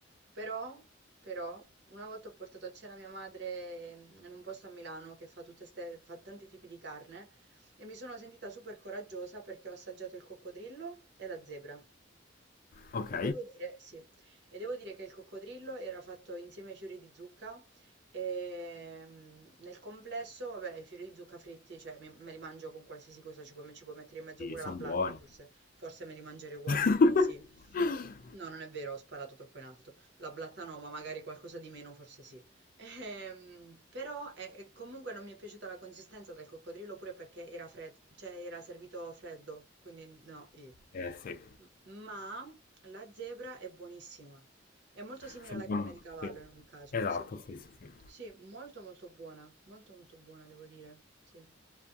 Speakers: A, on the right; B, on the left.
A: Però, però, una volta ho portato a cena mia madre mm, in un posto a Milano che fa tutte ste, fa tanti tipi di carne e mi sono sentita super coraggiosa perché ho assaggiato il coccodrillo e la zebra.
B: ok,
A: E devo dire sì, e devo dire che il coccodrillo era fatto insieme ai fiori di zucca e mm, nel complesso, vabbè, i fiori di zucca fritti, cioè mi- me li mangio con qualsiasi cosa, ci puoi, ci puoi mettere in mezzo pure
B: sono
A: la blatta,
B: buoni.
A: forse, forse me li mangerei ugualmente,
B: <laughs>
A: sì. No, non è vero, ho sparato troppo in alto. La blatta no, ma magari qualcosa di meno, forse sì. Ehm, però eh, comunque non mi è piaciuta la consistenza del coccodrillo pure perché era fred- cioè era servito freddo, quindi no, io.
B: Eh sì,
A: M- Ma la zebra è buonissima. È molto simile
B: sembra
A: alla carne
B: un...
A: di cavallo
B: sì.
A: in ogni caso.
B: Esatto,
A: Sì,
B: sì, sì, sì.
A: sì, molto molto buona, molto molto buona devo dire. Sì.